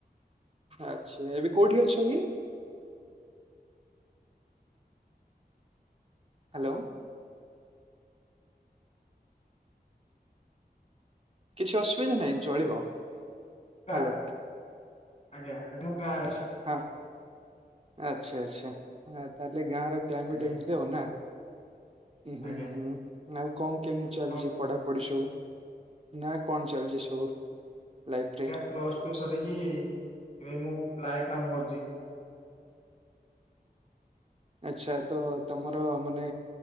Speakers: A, on the right; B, on the left.
A: ଆଚ୍ଛା ଏବେ କୋଉଠି ଅଛ କି? ହ୍ୟାଲୋ। କିଛି ଅସୁବିଧା ନାହିଁ ଚଳିବ।
B: କା-ଆଜ୍ଞା,
A: ହ୍ୟାଲୋ
B: ଏବେ ମୁଁ ଗାଁର
A: ହଁ ଆଚ୍ଛା, ଆଚ୍ଛା ଆ, ତାହେଲେ ଗାଁର କ୍ଲାଇମେଟ୍
B: ଆଜ୍ଞା
A: ଏମିତି ଆଉ ନା? ଉଁ, ହୁଁ,
B: ଆଜ୍ଞା
A: ହୁଁ ଆଉ କଣ କେମିତି
B: ଆପଣ
A: ଚାଲିଚି ପଢ଼ା ପଢ଼ି ସବୁ? ନା କଣ ଚାଲିଚି ସବୁ ଲାଇଫ୍ ରେ?
B: ପ୍ଲସ୍ ଟୁ ସରିକି, ଏବେ ମୁଁ ପ୍ଲାଏ କାମ କରୁଚି।
A: ଆଚ୍ଛା ତ ତୋମର ମାନେ